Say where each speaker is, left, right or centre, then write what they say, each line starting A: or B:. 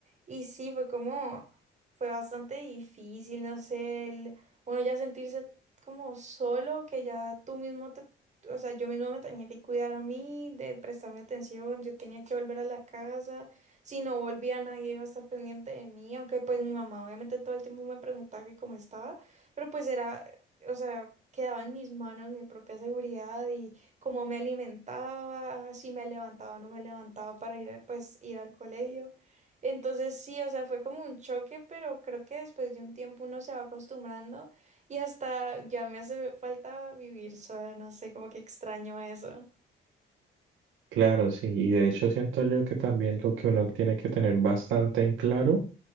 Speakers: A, on the right (about 35°); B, on the right (about 80°).
A: y sí, fue como, fue bastante difícil, no sé, el- uno ya sentirse como solo, que ya tú mismo te, o sea, yo mismo me tenía que cuidar a mí, de prestarme atención, yo tenía que volver a la casa, si no volvía nadie iba a estar pendiente de mí, aunque pues mi mamá obviamente todo el tiempo me preguntaba que cómo estaba. Pero pues era o sea, quedaba en mis manos mi propia seguridad y cómo me alimentaba, si me levantaba o no me levantaba para ir, a- pues, ir al colegio. Entonces sí, o sea, fue como un choque, pero creo que después de un tiempo uno se va acostumbrando y hasta ya me hace falta vivir sola, no sé, como que extraño eso.
B: Claro, sí, y de hecho siento yo que también lo que uno tiene que tener bastante en claro